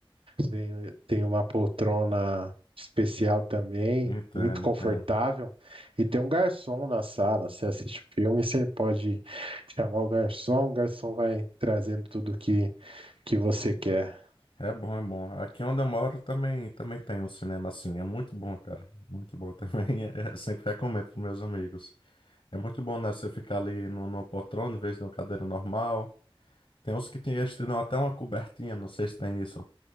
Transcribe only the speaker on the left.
Entendo,
entendo.
É bom, é bom. Aqui onde eu moro também, também tem um cinema assim. É muito bom, cara. Muito bom também. <laughs> É, sempre recomendo para meus amigos. É muito bom, né? Você ficar ali no, no poltrona em vez de uma cadeira normal. Tem uns que tem, eles te dão até uma cobertinha. Não sei se tem isso